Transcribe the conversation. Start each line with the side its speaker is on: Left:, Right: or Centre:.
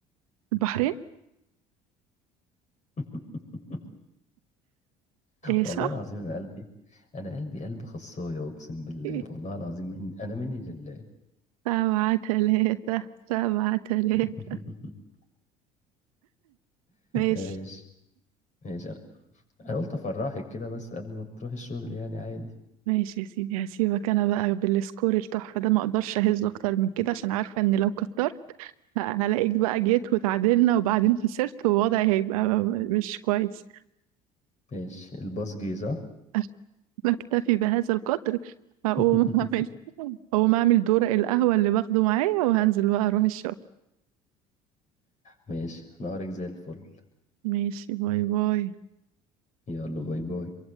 Right: البحرين؟
Left: <laughs>
Right: ايه
Left: والله
Right: صح؟
Left: العظيم أنا قلبي أنا قلبي قلب خصاية أقسم بالله
Right: إيه؟
Left: والله العظيم من أنا مني لله
Right: سبعة تلاتة سبعة تلاتة
Left: <laughs>
Right: ماشي
Left: ماشي ماشي أنا أنا قلت أفرحك كده بس قبل ما تروح الشغل يعني عادي
Right: ماشي يا سيدي هسيبك انا بقى بالسكور التحفة ده ما اقدرش اهز اكتر من كده عشان عارفة ان لو كترت هلاقيك بقى جيت وتعادلنا وبعدين خسرت ووضعي هيبقى مش كويس
Left: ماشي الباص جه صح؟
Right: <laughs> بكتفي بهذا القدر هقوم
Left: <laughs>
Right: اعمل هقوم اعمل دورق القهوة اللي باخده معايا وهنزل بقى اروح الشغل
Left: ماشي نهارك زي الفل
Right: ماشي باي باي
Left: يلا باي باي